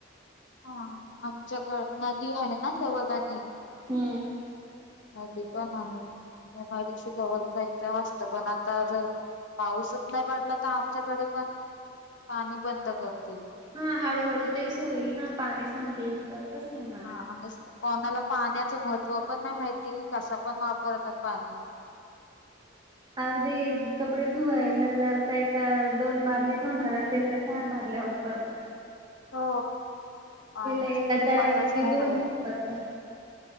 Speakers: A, on the left; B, on the right.
A: हा आमच्याक नदी आहे ना जवळ आणि
B: हम्म.
A: <unintelligible> हदी पण आहे मडीशी जवळ जायचं वात पण <unintelligible> आता जर <unintelligible> पाऊसच नाही पडला, तर आमच्याकडे पण पाणी बंद करतील.
B: हम हळूहळू तेच होईल ना, पाणी संपल तस <unintelligible>
A: हा आणि कोणाला पाण्याचं महत्त्व पण नाही माहिती, कस पण वापरतात पाणी.
B: अगदी कपडे धुवायला जर काय का दोन बादली होणार अस सेल तर चार बादल्या वापरता.
A: हो पाण्याची
B: एकाच्या
A: किंमतच
B: ऐवजी
A: नाही
B: दोन
A: राहिली.
B: वापरतात.